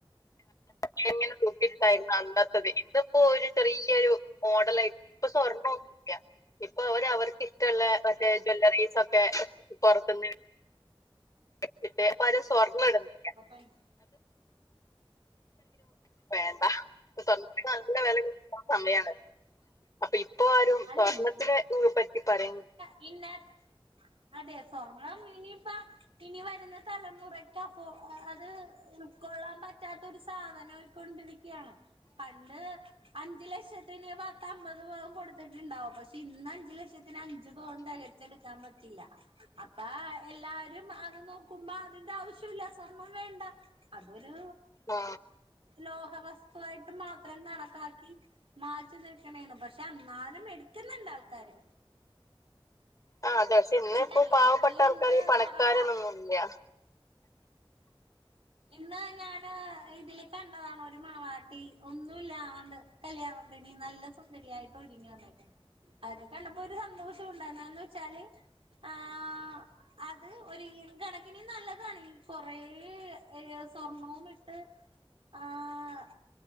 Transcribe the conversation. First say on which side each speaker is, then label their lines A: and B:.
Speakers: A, on the left; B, on the right.
A: ക്ഷ ഇങ്ങനെ തൂട്ടിട്ടായിരുന്നു അന്നത്തത് ഇതിപ്പോ ഒരു ചെറിയൊരു മോഡലയിട്ട് പ്പോ സ്വർണൊന്നുല്ല ഇപ്പൊ അവര് അവർക്ക് ഇഷ്ടള്ളെ മറ്റേ ജ്വല്ലറീസൊക്കെ പൊറത്തുന്ന് പണ്ടത്തെ പോലെ സ്വർണ്ണ ഇടണ്
B: <unintelligible>
A: വേണ്ട നല്ല വെല കിട്ട്ണ സമയാണ് അപ്പൊ ഇപ്പോ ആരും
B: അല്ല
A: സ്വർണത്തിനെ പറ്റി പറയു
B: പിന്നെ അതെ സ്വർണം ഇനിയിപ്പോ ഇനി വരുന്ന തലമുറക്ക് പ്പോ അത് ഉൾക്കൊള്ളാൻ പറ്റ പറ്റാതൊരു സാധനയിക്കൊണ്ടിരിക്കയാണ് പണ്ട് അഞ്ച്ലക്ഷത്തിന് പത്തമ്പത്പവം കൊട്ത്ത് കൊട്ത്ത്ട്ട്ണ്ടാവും പക്ഷെ ഇന്ന് അഞ്ച് ലക്ഷത്തിന് അഞ്ച് പവൻ തെകച്ചടുക്കാൻ പറ്റില്ല അപ്പ എല്ലാരും അത് നോക്കുമ്പോ അതിന്റെ ആവശ്യല്ല സ്വർണം വേണ്ട അതൊര്
A: ഉം
B: ലോഹവസ്തുയിട്ട് മാത്രം കണക്കാക്കി മാറ്റ്നിർത്ത്ണാണ് പക്ഷെ എന്നാൽ മെടുക്കുന്ന്ണ്ട് ആൾക്കാര്
A: ആ അതെ പക്ഷെ ഇന്ന്പ്പോ
B: കല്യാണങ്ങളിൽ
A: പാവപ്പെട്ട ആൾക്കാര്
B: ഇന്ന്
A: ഈ പണക്കാര്ന്നൊന്നുല്ല്യ
B: കൊറവാ ഇന്ന് ഞാന് ഇതില് കണ്ടതാണ് ഒരു മണവാട്ടി ഒന്നുല്ലാണ്ട് കല്യാണത്തിന് നല്ല സുന്ദരിയായിട്ട് ഒര്ങ്ങി വന്നേക്കുന്ന് അത് കണ്ടപ്പോ ഒരു സന്തോഷു ണ്ടായിരുന്ന്വെച്ചാല് ആഹ് അത് ഒരുഈൻ കണക്കിന് നല്ലതാണ് ഈ കൊറേ ഏഹ് സ്വർണവുമിട്ട് ആഹ്